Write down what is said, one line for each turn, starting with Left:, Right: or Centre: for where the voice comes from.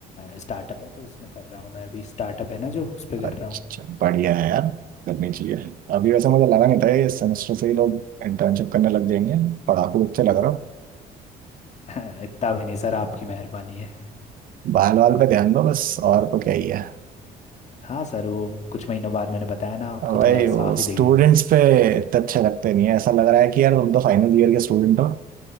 Left: स्टार्टअप है तो उसमें कर रहा हूँ मैं अभी स्टार्टअप है ना जो उस पर
Right: अच्छा
Left: कर रहा हूँ
Right: बढ़िया है यार करनी चाहिए अभी वैसे मुझे लगा नहीं था ये सेमेस्टर से ही लोग इंटर्नशिप करने लग जाएंगे पढ़ाकू बच्चे लग रहे हो
Left: <laughs> इतना भी नहीं सर आपकी मेहरबानी है
Right: बाल वाल पे ध्यान दो बस और तो क्या ही है
Left: हाँ सर वो कुछ महीनों बाद मैंने बताया ना आपको
Right: और भाई
Left: थोड़ा
Right: वो
Left: साफ ही
Right: स्टूडेंट्स
Left: दिखेगा
Right: पे इतने अच्छे लगते नहीं है ऐसा लग रहा है कि यार तुम तो फाइनल ईयर के स्टूडेंट हो